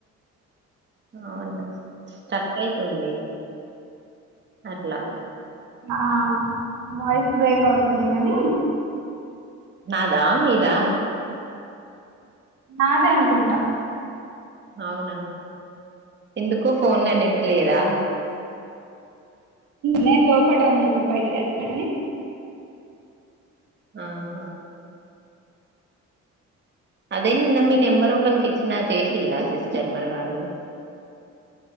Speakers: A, on the right; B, on the right.
A: అవును అయితుంది అట్లా
B: అ ఎట్ వాయిస్ బ్రేక్ అవుతుంది కానీ
A: నాదా మీదా
B: నాదే అనుకుంటా
A: అవునా ఎందుకు ఫోన్ల నెట్ లేదా
B: నేను లోపట ఉన్నా ఇప్పుడు బయటికి వచ్చిన
A: ఆహా అదే నిన్న మీ నెంబర్ ఒకలికి ఇచ్చిన చేసిలా సిస్ జర్మర వాళ్ళు